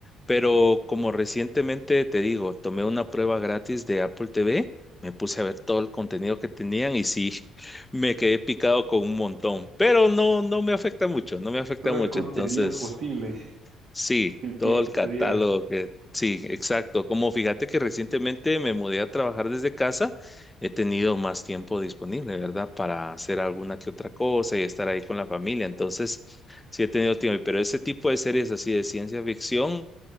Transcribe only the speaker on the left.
Pero como recientemente te digo, tomé una prueba gratis de Apple TV, me puse a ver todo el contenido que tenían y sí, <laughs> me quedé picado con un montón. Pero no, no me afecta mucho, no me afecta
mucho.
Entonces.
Sí,
todo
el catálogo
que sí, exacto. Como fíjate que recientemente me mudé a trabajar desde casa, he tenido más tiempo disponible, ¿verdad? Para hacer alguna que otra cosa y estar ahí con la familia. Entonces, sí he tenido tiempo, pero ese tipo de series así de ciencia ficción